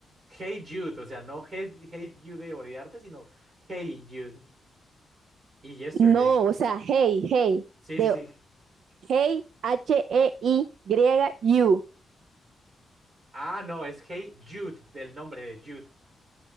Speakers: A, on the right; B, on the right.
A: Hey Jude, o sea, no Hate, hate You de odiarte, sino Hey Jude y Yesterday.
B: No, o sea, Hey, Hey,
A: Sí,
B: de
A: sí, sí.
B: Hey, H-E-Y, You.
A: Ah, no, es Hey Jude, del nombre de Jude,